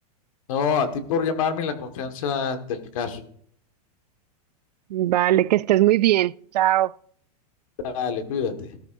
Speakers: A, on the left; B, on the right.
A: No, a ti por llamarme y la confianza del caso.
B: Vale, que estés muy bien. Chao.
A: Dale, cuídate.